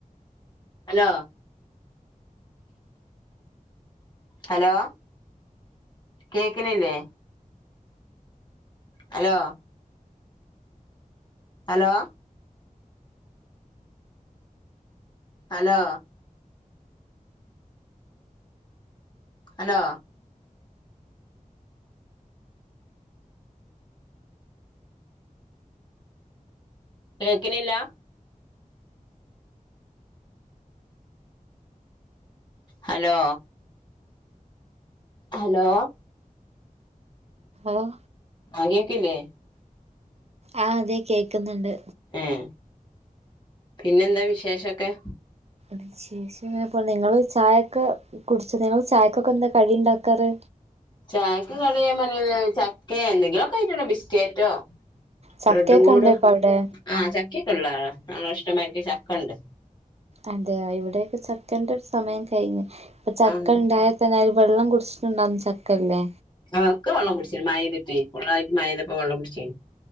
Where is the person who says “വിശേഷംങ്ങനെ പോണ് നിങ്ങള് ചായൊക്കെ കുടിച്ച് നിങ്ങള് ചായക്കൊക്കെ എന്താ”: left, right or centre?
Right